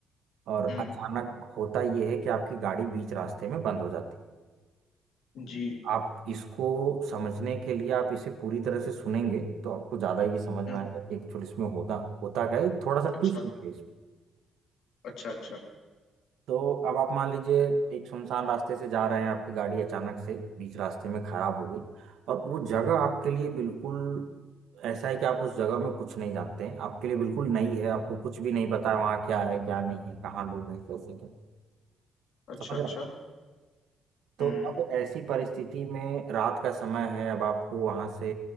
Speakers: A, on the right (about 80°); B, on the left (about 75°).
A: और
B: हम्म
A: अचानक होता यह है कि आपकी गाड़ी बीच रास्ते में बंद हो जाती है
B: जी
A: आप इसको समझने के लिए आप इसे पूरी तरह से सुनेंगे तो आपको ज़्यादा ये समझ में
B: हम्म
A: आएगा कि एक्चुअली इसमें होता होता क्या है थोड़ा सा
B: अच्छा
A: ट्विस्ट भी है
B: अच्छा अच्छा
A: तो अब आप मान लीजिए एक सुनसान रास्ते से जा रहे हैं आपकी गाड़ी अचानक से बीच रास्ते में खराब हो गई और वो जगह आपके लिए बिल्कुल ऐसा है कि आप उस जगह में कुछ नहीं जानते हैं आपके लिए बिल्कुल नई है आपको कुछ भी नहीं पता है वहाँ क्या है क्या नहीं है कहाँ लोग हैं कैसे क्या
B: अच्छा
A: समझ
B: अच्छा
A: रहे हैं आप तो
B: हम्म
A: अब ऐसी परिस्थिति में रात का समय है अब आपको वहाँ से